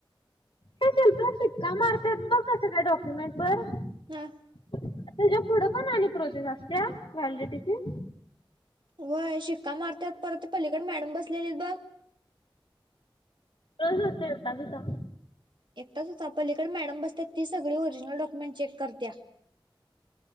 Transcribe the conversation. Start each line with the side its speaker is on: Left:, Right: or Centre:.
Left: ते सर शिक्का मारतांत बघ कसं कायं डॉक्युमेंट वर
Right: हम् <unintelligible>
Left: त्यांच्या पुढं कोणं आणि प्रोसेस असतं व्हॅलिटीची
Right: वय शिक्का मारतात परत पलीकडे मॅडम बसलेले आहेत बघ
Left: रोज होते होता कुसा
Right: एक ताच आपणं पलीकडे मॅडम बसतं ती सगळीं ओरिजिनलडॉक्युमेंट चेक करत्यां